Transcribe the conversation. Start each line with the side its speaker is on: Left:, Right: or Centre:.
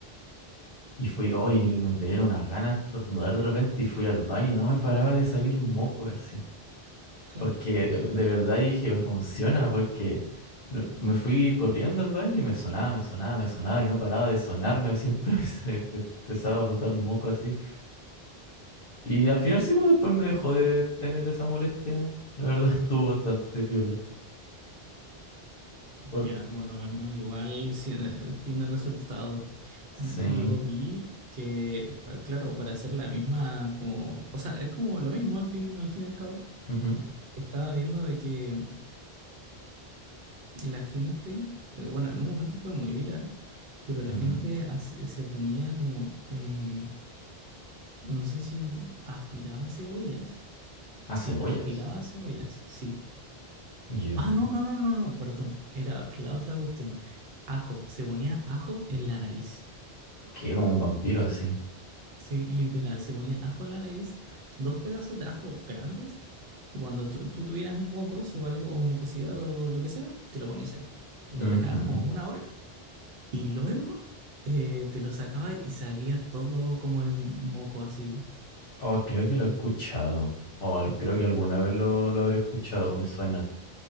Left: Y fui, hoy y me me dieron unas ganas de estornudar de repente y fui al baño y no me paraba de salir moco así.
Right: <laughs>
Left: Porque eh, de verdad yo dije, funciona, porque lo- me fui corriendo al baño y me sonaba, me sonaba, me sonaba y no paraba de sonarme, siempre <laughs> se- me empezaba a botar moco así. Y al final sí, pues después me dejó de tener esa molestia. La verdad <laughs> estuvo bastante piola. Por...
Right: Ya, por lo menos igual sí, eh, tiene resultado.
Left: Sí.
Right: Yo vi que, pues, claro, para hacer la misma, como, o sea, es como lo mismo al fin, al fin y al cabo.
Left: ujú,
Right: Estaba viendo de que la gente, eh, bueno, en un momento fue muy viral, pero la
Left: ujú.
Right: gente hace- se ponía como, eh, no sé si aspiraba cebollas.
Left: A
Right: Sí,
Left: cebollas.
Right: aspiraba cebollas, sí.
Left: Ya.
Right: Ah, no, no, no, no, no, perdón. Era la otra cuestión. Ajo, se ponía ajo en la nariz.
Left: Quedé como un vampiro así.
Right: Sí, literal, se ponía ajo en la nariz, dos pedazos de ajo grandes, y cuando tú, tú tuvieras mocos o algo, o mucosidad o lo que sea, te lo ponías ahí. Y lo
Left: Ujú.
Right: dejabas como una hora, y luego eh, te lo sacabas y salía todo como el moco así.
Left: Oh, creo que lo he escuchado. O al- creo que alguna vez lo, lo habré escuchado, me suena.